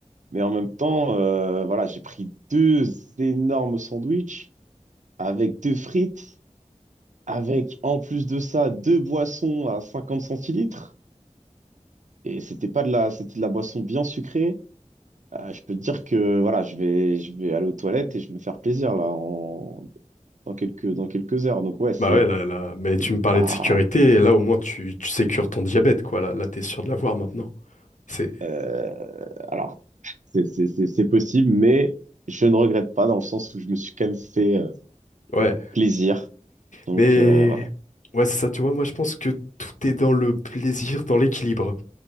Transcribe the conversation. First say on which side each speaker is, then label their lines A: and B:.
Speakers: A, on the right; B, on the left.
A: mais en même temps, euh, voilà, j'ai pris deux énormes sandwichs avec deux frites. avec en plus de ça deux boissons à 50 centilitres. Et c'était pas de la, c'était de la boisson bien sucrée. Euh, je peux te dire que voilà, je vais, je vais aller aux toilettes et je vais me faire plaisir là en, dans quelques, dans quelques heures. Donc ouais, c'est
B: bah ouais, là, là, mais tu
A: c'est
B: me parlais
A: pas.
B: de sécurité, et là au moins tu, tu sécures ton diabète, quoi. Là, là t'es sûr de l'avoir maintenant. C'est...
A: euh, Alors, c'est c'est- c'est- c'est possible, mais je ne regrette pas dans le sens où je me suis quand même fait euh,
B: Ouais.
A: plaisir. Donc
B: Mais
A: euh, voilà.
B: ouais, c'est ça, tu vois, moi je pense que tout est dans le plaisir, dans l'équilibre.